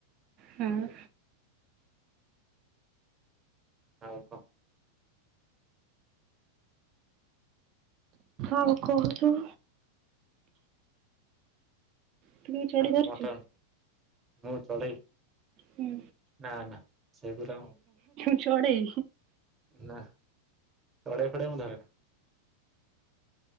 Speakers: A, on the right; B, on the right.
A: ହଁ
B: ଆଉ କଁ?
A: ଆଉ କହୁନୁ। ତୁ କେବେ ଚଢ଼େଇ
B: ଆଉ
A: ଧରିଛୁ?
B: ମୋଟନ୍ ମୁଁ ଚଢେଇ।
A: ହୁଁ
B: ନା ନା ସେଗୁରା
A: ଚଢେଇ
B: ନା ଚଡ଼େଇ ଫଡ଼େଇ ମୁ ଧର